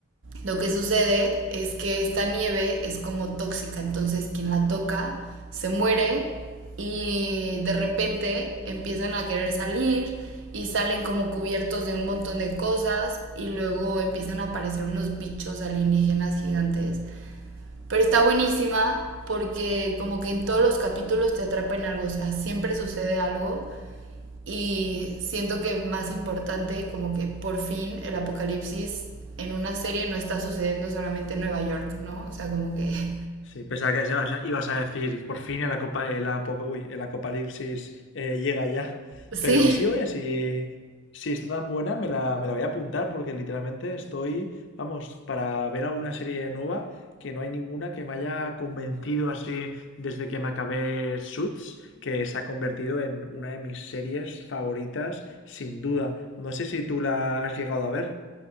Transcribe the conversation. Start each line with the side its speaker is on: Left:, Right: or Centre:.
Right: lo que sucede es que esta nieve es como tóxica, entonces quien la toca se muere y de repente empiezan a querer salir y salen como cubiertos de un montón de cosas y luego empiezan a aparecer unos bichos alienígenas gigantes. Pero está buenísima porque como que en todos los capítulos te atrapa en algo, o sea, siempre sucede algo y siento que más importante, como que por fin el apocalipsis en una serie no está sucediendo solamente en Nueva York, ¿no? O sea, como que... <laughs>
Left: Sí, pensaba que ibas a, ibas a decir por fin el, acopa- el apo- uy, el apocalipsis eh, llega ya.
Right: Sí,
Left: Pero sí, oye, si, si está tan buena, me la, me la voy a apuntar porque literalmente estoy, vamos, para ver alguna serie nueva que no hay ninguna que me haya convencido así desde que me acabé Suits, que se ha convertido en una de mis series favoritas, sin duda. No sé si tú la has llegado a ver.